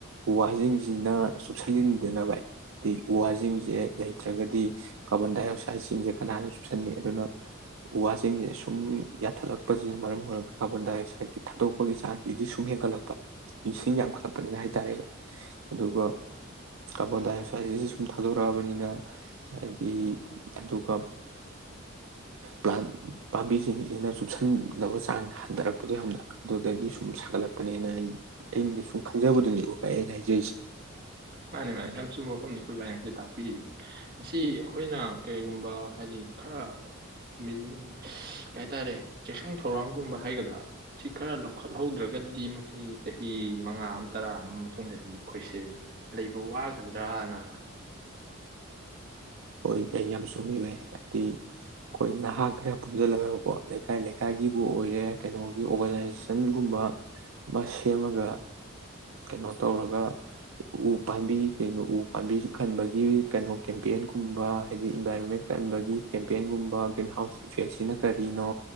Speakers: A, on the right; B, on the right.
A: ꯎ ꯋꯥꯁꯤꯡꯁꯤꯅ ꯆꯨꯞꯁꯤꯟꯟꯗꯅꯕ ꯍꯥꯏꯗꯤ ꯎ ꯋꯥꯁꯤꯡꯁꯦ ꯂꯩꯇ꯭ꯔꯒꯗꯤ ꯀꯥꯔꯕꯣꯟ ꯗꯥꯏꯑꯣꯛꯁꯥꯏꯠꯁꯤꯡꯁꯦ ꯀꯅꯥꯅ ꯆꯨꯞꯁꯤꯟꯜꯂꯤ ꯑꯗꯨꯅ ꯎ ꯋꯥꯁꯤꯡꯁꯦ ꯁꯨꯝ ꯌꯥꯟꯊꯠꯂꯛꯄꯁꯤꯅ ꯃꯔꯝ ꯑꯣꯏꯔꯒ ꯀꯥꯔꯕꯣꯟꯗꯥꯏꯑꯛꯁꯥꯏꯠꯀꯤ ꯊꯥꯗꯣꯛꯄꯒꯤ ꯆꯥꯡꯁꯤꯗꯤ ꯁꯨꯝ ꯍꯦꯟꯒꯠꯂꯛꯄ ꯃꯤꯁꯤꯡ ꯌꯥꯝꯈꯠꯂꯛꯄꯅꯤꯅ ꯍꯥꯏꯇꯥꯔꯦꯕ ꯑꯗꯨꯒ ꯀꯥꯔꯕꯣꯟꯗꯥꯏꯑꯛꯁꯥꯏꯠꯁꯤꯁꯨ ꯁꯨꯝ ꯊꯥꯗꯣꯔꯛꯑꯕꯅꯤꯅ ꯍꯥꯏꯗꯤ ꯑꯗꯨꯒ ꯄ꯭ꯂꯥꯟ ꯄꯥꯝꯕꯤꯁꯤꯡꯁꯤꯅ ꯆꯨꯞꯁꯤꯟꯅꯕ ꯆꯥꯡ ꯍꯟꯊꯔꯛꯄꯗꯣ ꯌꯥꯝꯅ ꯑꯗꯨꯗꯒꯤ ꯁꯨꯝ ꯁꯥꯒꯠꯂꯛꯄꯅꯦꯅ ꯑꯩ ꯑꯩꯅ ꯁꯨꯝ ꯈꯟꯖꯕꯗꯨꯅꯦꯕꯣ ꯑꯩ ꯑꯩꯅ ꯍꯥꯏꯖꯔꯤꯁꯦ
B: ꯃꯥꯅꯦ ꯃꯥꯅꯦ ꯌꯥꯝ ꯆꯨꯝꯕ ꯃꯐꯝꯅꯤ ꯑꯩꯈꯣꯏꯕꯥꯏꯁꯤ ꯇ ꯎꯝ ꯃꯁꯤ ꯑꯩꯈꯣꯏꯅ ꯀꯩꯒꯨꯝꯕ ꯍꯥꯏꯗꯤ ꯈꯔ ꯀꯩ ꯍꯥꯏꯇꯥꯔꯦ ꯆꯦꯛꯁꯤꯟ ꯊꯧꯔꯥꯡꯒꯨꯝꯕ ꯍꯥꯏꯒꯗ꯭ꯔꯥ ꯁꯤ ꯈꯔ ꯂꯧꯈꯠꯍꯧꯗ꯭ꯔꯒꯗꯤ ꯃꯁꯤ ꯆꯍꯤ ꯃꯉꯥ ꯑꯃ ꯇꯔꯥ ꯑꯃꯒꯤ ꯃꯇꯨꯡꯗꯗꯤ ꯑꯩꯈꯣꯏꯁꯦ ꯂꯩꯕ ꯋꯥꯒꯗ꯭ꯔꯥꯅ
A: ꯑꯣꯏꯣꯏ ꯀꯩ ꯌꯥꯝ ꯁꯃꯤ ꯗꯤ ꯑꯩꯈꯣꯏ ꯅꯍꯥ ꯈꯔ ꯄꯨꯟꯁꯤꯜꯂꯒꯕꯀꯣ ꯂꯩꯀꯥꯏ ꯂꯩꯀꯥꯏꯒꯤꯕꯨ ꯑꯣꯏꯔꯦ ꯀꯩꯅꯣꯒꯤ ꯑꯣꯔꯒꯅꯥꯏꯖꯦꯁꯟꯒꯨꯝꯕ ꯑꯃ ꯁꯦꯝꯃꯒ ꯀꯩꯅꯣ ꯇꯧꯔꯒ ꯎ ꯄꯥꯝꯕꯤ ꯀꯣ ꯎ ꯄꯥꯝꯕꯤ ꯈꯟꯕꯒꯤ ꯀꯩꯅꯣ ꯀꯦꯝꯄꯦꯟꯒꯨꯝꯕ ꯍꯥꯏꯗꯤ ꯏꯟꯚꯥꯏꯔꯣꯟꯃꯦꯟ ꯀꯟꯕꯒꯤ ꯀꯦꯝꯄꯦꯟꯒꯨꯝꯕ ꯒ꯭ꯔꯤꯟ ꯍꯥꯎꯁ ꯏꯐꯦꯛꯁꯤꯅ ꯀꯔꯤꯅꯣ